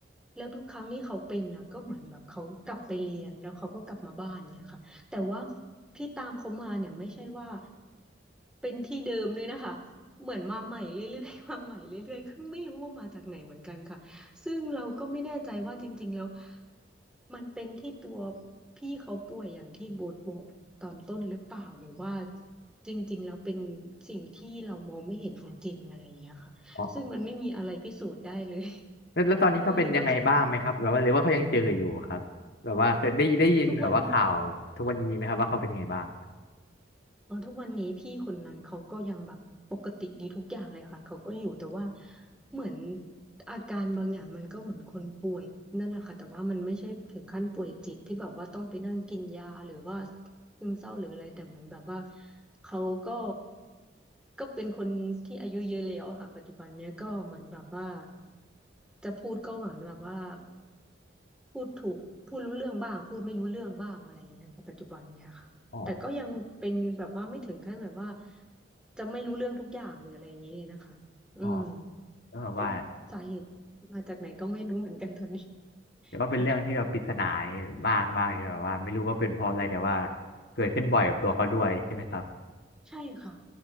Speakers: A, in the centre; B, on the left.
A: แล้วทุกครั้งที่เขาเป็นอ่ะก็เหมือนแบบเขากลับไปเรียนแล้วเขาก็กลับมาบ้านเนี่ยค่ะแต่ว่าที่ตามเขามาเนี่ยไม่ใช่ว่าเป็นที่เดิมเลยนะคะเหมือนมาใหม่เรื่อยๆ <laughs> มาใหม่เรื่อยๆคือไม่รู้ว่ามาจากไหนเหมือนกันค่ะซึ่งเราก็ไม่แน่ใจว่าจริงๆแล้วมันเป็นที่ตัวพี่เขาป่วยอย่างที่โบทบอกตอนต้นหรือเปล่าหรือว่าจริงๆแล้วเป็นสิ่งที่เรามองไม่เห็นจริงๆอะไรอย่างเงี้ยค่ะซึ่งมันไม่มีอะไรพิสูจน์ได้เลย
B: อ๋อ
A: <laughs>
B: แล้วแล้วตอนนี้เขาเป็นยังไงบ้างไหมครับแบบว่าหรือว่าเขายังเจออยู่ครับแบบว่าเคยได้ได้ยินแบบว่าข่าวทุกวันนี้ไหมครับว่าเขาเป็นยังไงบ้าง
A: อะไรก็เชื่อม ทุกวันเออทุกวันนี้พี่คนนั้นเขาก็ยังแบบปกติดีทุกอย่างเลยค่ะเขาก็อยู่แต่ว่าเหมือนอาการบางอย่างมันก็เหมือนคนป่วยนั่นแหละค่ะแต่ว่ามันไม่ใช่ถึงขั้นป่วยจิตที่แบบว่าต้องไปนั่งกินยาหรือว่าซึมเศร้าหรืออะไรแต่เหมือนแบบว่าเขาก็ก็เป็นคนที่อายุเยอะแล้วอะค่ะปัจจุบันเนี้ยก็เหมือนแบบว่าจะพูดก็เหมือนแบบว่าพูดถูกพูดรู้เรื่องบ้างพูดไม่รู้เรื่องบ้างอะไรอย่างเงี้ยค่ะปัจจุบันเนี้ยค่ะ
B: อ๋อ
A: แต่ก็ยังเป็นแบบว่าไม่ถึงขั้นแบบว่าจะไม่รู้เรื่องทุกอย่างหรืออะไรอย่างนี้เลยนะคะอืม
B: อ๋อแล้วแบบว่า
A: ก็สาเหตุมาจากไหนก็ไม่รู้เหมือนกันตอนนี้ <laughs>
B: แต่วว่าเป็นเรื่องที่แบบปริศนา
A: ค่ะ
B: มากมากเลยแบบว่าไม่รู้ว่าเป็นเพราะอะไรแต่ว่าเกิดขึ้นบ่อยกับตัวเขาด้วยใช่ไหมครับ
A: ค่ะใช่ค่ะ